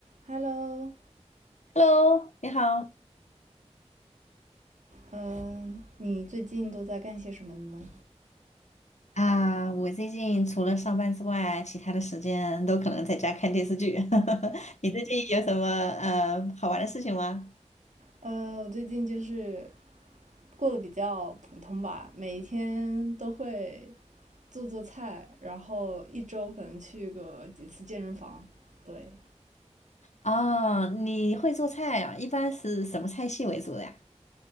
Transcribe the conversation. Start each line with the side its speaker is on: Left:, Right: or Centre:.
Right: Hello，Hello，
Left: Hello，你好。
Right: 嗯，你最近都在干些什么呢？
Left: 啊，我最近除了上班之外，其他的时间都可能在家看电视剧。<laughs> 你最近有什么呃好玩的事情吗？
Right: 呃，我最近就是过得比较普通吧，每一天都会做做菜，然后一周可能去个几次健身房，对，
Left: 啊，你会做菜啊？一般是什么菜系为主的呀？